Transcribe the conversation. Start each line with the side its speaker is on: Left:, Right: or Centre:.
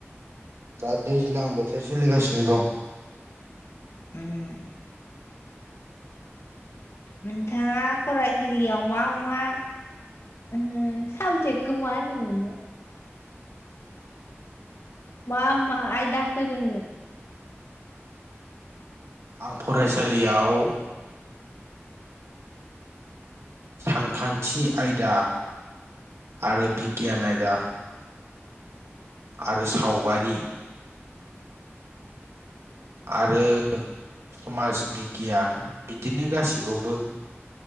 Right: दा दैजालां बोाथेर सोलिगासिनो दं।
Left: उम। नोंथाङा फरायसालियाव मा मा ओ साबजेक्टखौ मा होनोमोनबा? मा मा आयदा फोरोङो?
Right: आं फरायसालियाव सानखान्थि आयदा आरो बिगियान आयदा आरो सावगारि आरो समाज बिगियान बिदिनो गासैखौबो